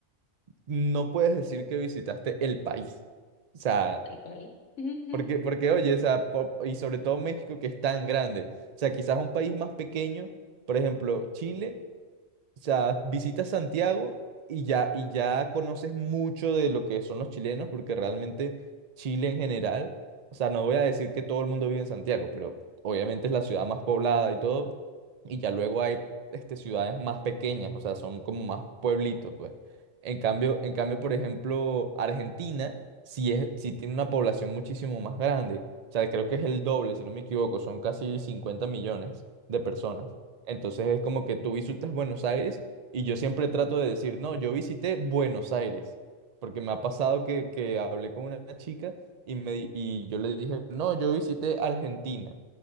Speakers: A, on the right; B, on the left.
A: no puedes decir que visitaste el país. O sea,
B: tal cual. Ujú,
A: porque, porque oye, o sea, po- y sobre todo México que es tan grande. O sea, quizás un país más pequeño, por ejemplo, Chile. O sea, visitas Santiago y ya, y ya conoces mucho de lo que son los chilenos, porque realmente Chile en general, o sea, no voy a decir que todo el mundo vive en Santiago, pero obviamente es la ciudad más poblada y todo, y ya luego hay este, ciudades más pequeñas, o sea, son como más pueblitos, pues. En cambio, en cambio, por ejemplo, Argentina sí es, sí tiene una población muchísimo más grande. O sea, creo que es el doble, si no me equivoco, son casi 50 millones de personas. Entonces es como que tú visitas Buenos Aires y yo siempre trato de decir, no, yo visité Buenos Aires, porque me ha pasado que, que hablé con una chica y, me, di- y yo le dije, no, yo visité Argentina.